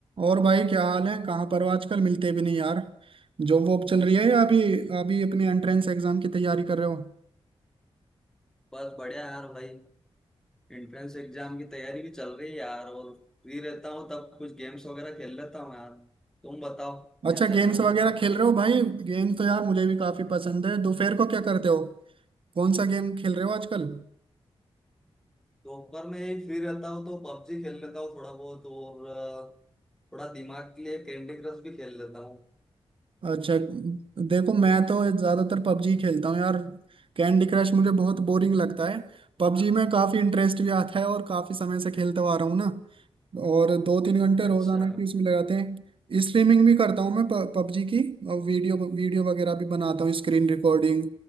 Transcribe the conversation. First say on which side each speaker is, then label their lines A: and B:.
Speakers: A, on the right (about 55°); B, in the centre.
A: और भाई क्या हाल है कहाँ पर हो आजकल मिलते भी नहीं यार जॉब वॉब चल रही है या अभी अभी अपने एंट्रेंस एग्जाम की तैयारी कर रहे हो
B: बस बढ़िया यार भाई एंट्रेंस एग्जाम की तैयारी भी चल रही है यार और फ्री रहता हूँ तब कुछ गेम्स वगैरह खेल लेता हूँ यार तुम बताओ क्या
A: अच्छा
B: चल
A: गेम्स
B: रहा है
A: वगैरह
B: आजकल
A: खेल रहे हो भाई गेम तो यार मुझे भी काफी पसंद है दोपहर को क्या करते हो कौन सा गेम खेल रहे हो आजकल
B: दोपहर में ही फ्री रहता हूँ तो पबजी खेल लेता हूँ थोड़ा बहुत और अ, थोड़ा दिमाग के लिए कैंडी क्रश भी खेल लेता हूँ
A: अच्छा देखो मैं तो ज्यादातर पबजी खेलता हूँ यार कैंडी क्रश मुझे बहुत बोरिंग लगता है पबजी में काफी इंटरेस्ट भी आता है और काफी समय से खेलते हुआ आ रहा हूँ ना और दो तीन घंटे
B: अच्छा
A: रोजाना की उसमें लगाते हैं स्ट्रीमिंग भी करता हूँ मैं पबजी की और वीडियो वीडियो वगैरह भी बनाता हूँ स्क्रीन रिकॉर्डिंग